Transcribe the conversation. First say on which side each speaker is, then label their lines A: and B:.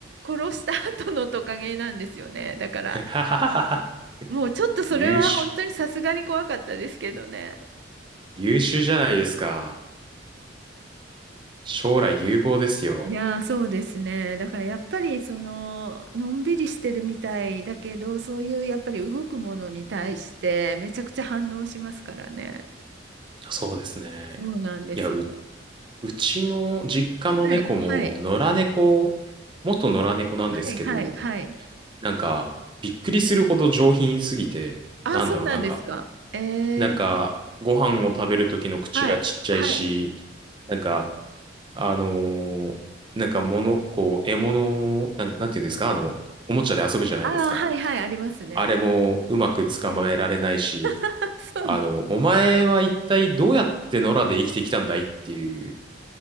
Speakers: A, on the right; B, on the right.
A: 殺した <laughs> 後のトカゲなんですよね。だから、
B: はははは。
A: もうちょっとそれは本当にさすがに怖かったですけどね。
B: 優秀、優秀じゃないですか。将来有望ですよ。
A: いやー、そうですね。だからやっぱり、その、のんびりしてるみたいだけど、そういうやっぱり動くものに対して、めちゃくちゃ反応しますからね。
B: そうですね。
A: そうなんですよ。
B: いや、う、うちの実家の猫も、
A: はい、はい、
B: 野良猫、元野良猫なんですけど、
A: はい、はい、はい。
B: なんか、びっくりするほど上品すぎて、
A: あ、
B: なんだろう、
A: そうなんですか。
B: なんか、
A: ええ
B: なんか、ご飯を食べる時の口はちっちゃいし、
A: はい。はい。
B: なんか、あのーなんか物、こう、獲物を、なん、なんていうんですか、あの、おもちゃで遊ぶじゃないですか。
A: ああ、はいはい、ありますね。
B: あれもうまく捕まえられないし、
A: <laughs> あそうなん
B: あの、お前は一体どうやって野良で生きてきたんだいっていう、